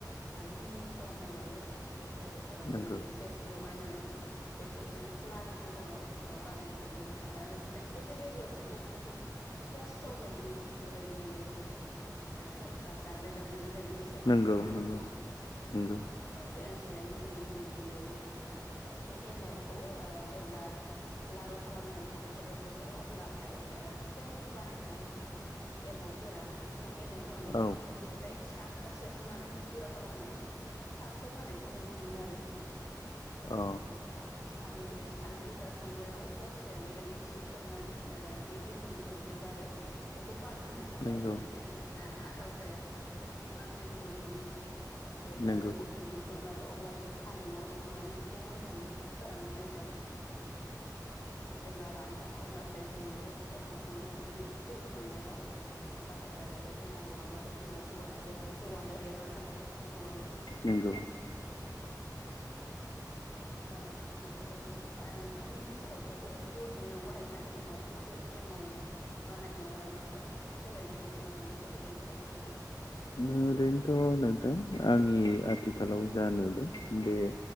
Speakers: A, on the left; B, on the left.
A: मिहि मिहि खालामना लायो आरो बे बेखौ
B: नंगौ
A: दै एसे लगायनानै बेखौ जों लारु महराव बानायनाय जायो खायसे खायसे जायगायाव बेखौ माने फिथा सिथाव बायदि बेबायदि माने एसे सेबथा दाब्ले दाब्ले बेबायदिबो सेब
B: नंगौ
A: होनायखौ नुनो
B: नंगौ
A: मोनो
B: नंगौ
A: औ बे ओनसोल ओनसोल गुबुन गुबुन जायो बे एमावखौ जेब्ला लारु खालामनाय हाबाफारिया जोबो अब्लाहाय सिगांनि बानाय खानाय जि एमाव गोरान बे एमाव गोरानखौ
B: औ
A: माने बेवहाय सा सा सेेरबफ्रुनानै गुरा खालामनानै सा जानायखौ नुनो मोनो आरो
B: औ
A: बेखौ ओ सानद्रि सानद्रिब्लारा संग्रायाव हरसे बेबायदि जि खोबनानै जि गुफुर गुफुर जे बारो बेखौ बारहोनो थाखाय
B: नंगौ
A: माने जों आथाल सायाव थिखांना होनायखौ नुनो मोनो। जब्ला
B: नंगौ
A: बे गु फुर गुफुर बारो अब्ला जों सान्दुंआव दिहुननानै बेखौ मोजाङै फोराननानै लायो। जेब्ला रानो अब्लाथाय जों बे एमावखौनो माने जौ संनायाव बाहायो आरो बे एमाव नङाब्लाथ' जोंना जौवा आरो जौआनो रेबा नालाय। जौआनो जाया
B: नंगौ
A: ओ ओ बेबायदिनो नोंथांमोननि ओनसोलावबो बे जौ संनायाव बाहायग्रा एमाव बे एमाव बानायनायाव मायबाफोर सोलायनाय नुबोदों नामा गोदोनिफ्राय आथिखालसिम?
B: ओरैनोथ' नोंथां आंनि आथिखालाव जा नुदों बे